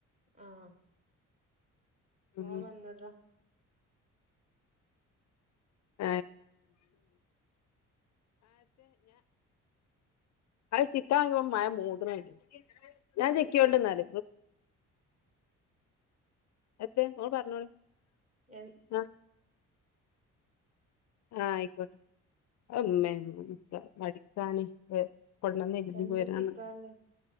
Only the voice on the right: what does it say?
ആഹ മോൻ
വന്നതാ.
എ
എന്താ
ചിക്കാള്ളെ